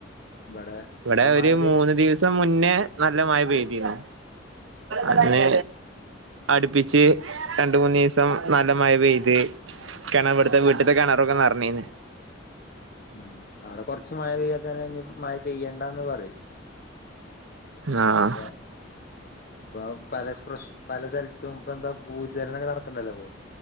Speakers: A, on the left; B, on the right.
A: ഇവിടെ
B: ഇവിടെ
A: ഇപ്പൊ
B: ഒരു
A: മഴ പെയ്
B: മൂന്ന് ദിവസം മുന്നേ നല്ല മഴ പെയ്തിരുന്നു അന്ന്
A: ആഹ്
B: അടുപ്പിച്ച് രണ്ട മൂന്നസം നല്ല മഴ പെയ്ത് കിണർ വിടുത്തെ വീട്ടിത്തെ കിണറൊക്കെ നിറഞ്ഞീന്ന്
A: ഉം, അവിടെ കൊറച്ച് മഴ പെയ്യാതന്നെ ഇനിയും മഴ പെയ്യണ്ടന്ന് പറയും
B: ആഹ
A: ഇപ്പ ഇപ്പ പല പ്രശ് പല സ്ഥലത്തും ഇപ്പൊ എന്താ ഭൂചലനമൊക്കെ നടക്കണ്ടല്ലോ ഇപ്പൊ